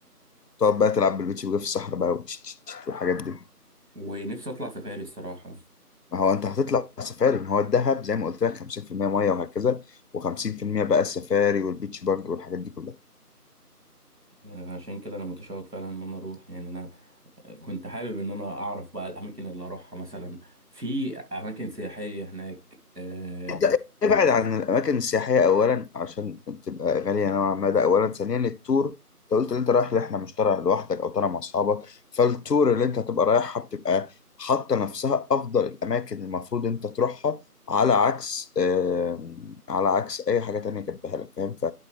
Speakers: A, on the left (about 85°); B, on the right (about 80°).
A: تقعد بقى تلعب بالبيتش باجي في الصحراء بقى وتش- تش- تش والحاجات دي
B: ونفسي اطلع سفاري الصراحه
A: ما هو أنت هتطلع سفاري ما هو الذهب زي ما قلت لك 50% مية وهكذا و50% بقى السفاري والبيتش باجي والحاجات دي كلها
B: آه، عشان كده انا متشوق فعلا ان انا اروح يعني انا كنت حابب ان انا اعرف بقى الاماكن اللي اروحها مثلا في اماكن سياحيه هناك آه،
A: ده- ابعد عن الاماكن السياحيه اولا عشان تبقى غاليه نوعا ما ده اولا ثانيا التور انت قلت ان انت رايح رحله مش طالع لوحدك او طالع مع اصحابك فالتور اللي انت هتبقى رايحها بتبقى حاطه نفسها افضل الاماكن المفروض انت تروحها على عكس آم، على عكس اي حاجه تانية كاتبها لك فاهم ف